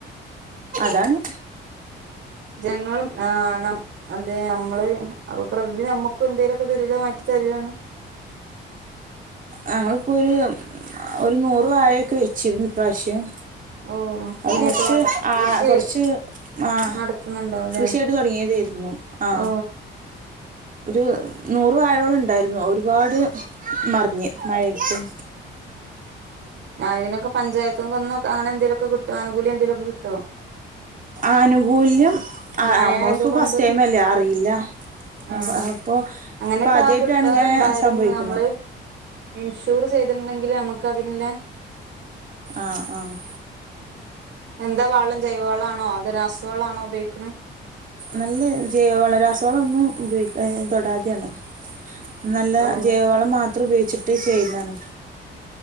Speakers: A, on the right; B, on the right.
A: ആണ്
B: ജനങ്ങളും ആ ന അതെ നമ്മള് അപ്പൊ പ്രകൃതി നമുക്കും എന്തേലുഒക്കെ ദുരിതമായിട്ട് തരാണ്
A: ഞങ്ങൾപ്പൊരു ഒരു നൂറ് വാഴയൊക്കെ വെച്ചിരുന്നു ഇപ്രാശ്യം
B: ഓ
A: അത് കൊറച്ച്
B: ഏ തോ
A: ആ
B: കൃഷി
A: കൊറച്ച് ആ
B: നടത്തുന്നുണ്ടാവുംല്ലേ
A: കൃഷിയായിട്ട് തുടങ്ങിയതായിരുന്നു ആ
B: ഓ.
A: ഒരു നൂറ് വാഴോളണ്ടാരുന്നു ഒരുപാട് മറിഞ്ഞ്. മഴയെത്തും.
B: <unintelligible> പഞ്ചായത്ത്ന്ന് വന്നോക്ക അങ്ങനെന്തെലൊക്കെ കിട്ട് ആനുകൂല്യം എന്തേലോക്കെ കിട്ട്വോ?
A: ആനുകൂല്യം ആ
B: മഴ
A: നമ്മള്പ്പോ
B: ആയതുകൊണ്ട്
A: ഫസ്റ്റ് ടൈമല്ലേ അറിയില്ല
B: ആ
A: അപ് അപ്പൊ
B: അങ്ങനെയൊക്കെ
A: ഇപ്പൊ ആദ്യയിട്ടാണ്
B: ആ കിട്ടാറുണ്ടായിരുന്നു
A: ഇങ്ങനെ സംഭവിക്ക്ണ്.
B: നമ്മള് ഇൻഷൂർ ചെയ്ത്ണ്ടെങ്കില് നമ്മക്ക അതിന്ല്ലേ
A: ആഹ്, ആഹ്.
B: എന്താ വളം ജൈവ വളാണോ അതോ രാസവളാണോ ഉപയോഗിക്ക്ണ്?
A: നല്ല ജൈവവളം രാസവളം ഒന്നും ഉപയോഗിക്കാ തൊടാതേണ്. നല്ല
B: ഓ
A: ജൈവവളം മാത്രം ഉപയോഗിച്ച് ട്ട് ചെയ്യുന്നാണ്.